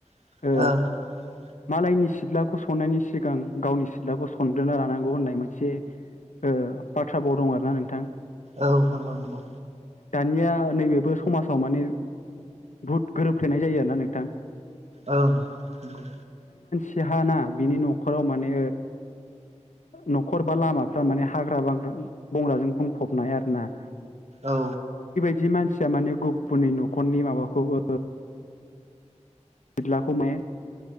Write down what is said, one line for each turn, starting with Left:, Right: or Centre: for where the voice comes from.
Right: <inaudible>
Left: ओ मालायनि सिथ्लाखौ सननायनि सिगां गावनि सिथ्लाखौ सनग्रोना लानांगौ होननाय मोनसे ओ बाथ्राभाव दं आरोना नोंथां
Right: औ नंगौ नंगौ
Left: दानिया नैबेबो समाजाव माने बुहुद गोरोबफ्लेनाय जायो आरोना नोंथां
Right: ओं नंगौ
Left: सिहा ना बिनि न'खराव माने न'खर बा लामाफ्रा माने हाग्रा - बंग्राजों बुंफबनाय आरो ना
Right: औ
Left: जि मानसिया माने गुबुननि न'खरनि माबाखौ ओ बिदलाखौ माय